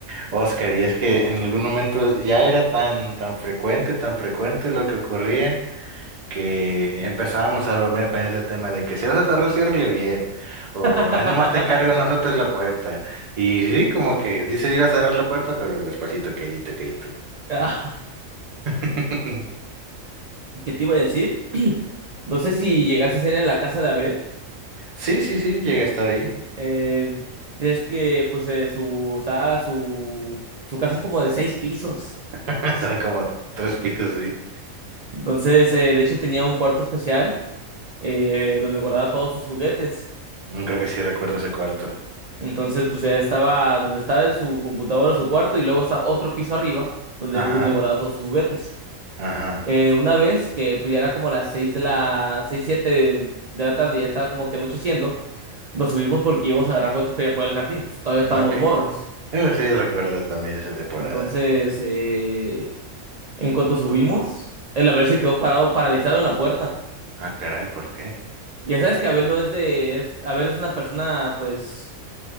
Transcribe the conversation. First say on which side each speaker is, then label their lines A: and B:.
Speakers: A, on the right; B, on the right.
A: Oscar y es que en algún momento ya era tan, tan frecuente, tan frecuente lo que ocurría que empezábamos a bromear con ese tema de que si vas a cerrar, ciérrale bien o
B: <laughs>
A: ahí nomás te encargo, no azotes la puerta. Y sí, como que dice iba a cerrar la puerta, pero despacito, quedito, quedito.
B: Ah,
A: <laughs>
B: <laughs> ¿qué te iba a decir? <clears throat> No sé si llegaste a ir a la casa de Abel.
A: Sí, sí, sí, llegué a estar ahí.
B: Eh, si es que, pues, eh, su, está, su, su casa es como de seis pisos.
A: <laughs> Son como tres pisos, sí.
B: Entonces, eh, de hecho, tenía un cuarto especial eh, donde guardaba todos sus juguetes.
A: Mm, Creo que sí recuerdo ese cuarto.
B: Entonces, pues, ya estaba donde estaba el- su computadora, su cuarto, y luego está otro piso arriba donde,
A: Ajá,
B: donde guardaba todos sus juguetes.
A: ajá,
B: Eh, una vez que pues, ya era como las 6 de la, 6 7 de, de la tarde, ya estaba como que anocheciendo, nos subimos porque íbamos a agarrar juguetes para ir a jugar al jardín, pues, todavía estamos
A: ok.
B: morros.
A: Eh, sí recuerdo también esa temporada.
B: Entonces, eh, en cuanto subimos, el Abel se quedó parado, paralizado en la puerta.
A: Ah, caray, ¿por qué?
B: Y ya sabes que Abel no es de, es, Abel es una persona pues